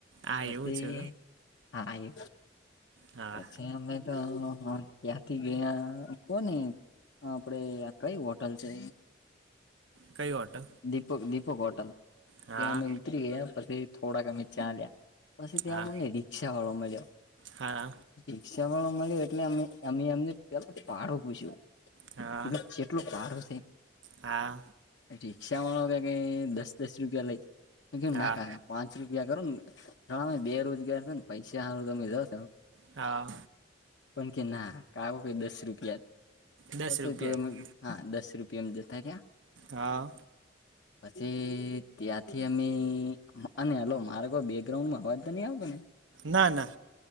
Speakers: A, on the right; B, on the left.
A: આ
B: પછી
A: એવુ છે.
B: હા એ
A: હા
B: પછી અમે હા ત્યાંથી ગયા કો ને આપડે કઈ હોટલ છે.
A: કયું ઓટો
B: દીપક દીપક હોટલ
A: હા
B: ત્યા અમે ઉતરી ગયા પછી થોડાક અમે ચાાલ્યા પછી ત્યાં
A: હા
B: મને રિક્ષા વાળો મળઓ
A: હા
B: રિક્ષા વાળો મળ્યો એટલે અ અમે એમને પેલા ભડો પૂછ્યો.
A: હા
B: એવી જેટલુ ભાડુ છે.
A: હા
B: રિક્ષા વાળો કે કે દસ દસ રૂપિયા લઈ કેમ
A: હા
B: ના કા કા પાંચ રૂપિયા કરો નેમે બેરોજગાર થ ને પૈસા સારું તમે જા ત
A: હા
B: પણ કે ના કાાગ કે દસ રૂપિયાત
A: દસ
B: પસ
A: રૂપિયા
B: તો એમ હા દસ રૂપિયામ જતા રહ્યા.
A: હા
B: પછી ત્યાંથી અમે અને હલો મારે કોઈ બેકગ્રાઉન્ડમાં અવાજ તો નહી આવતો ને
A: ના ના.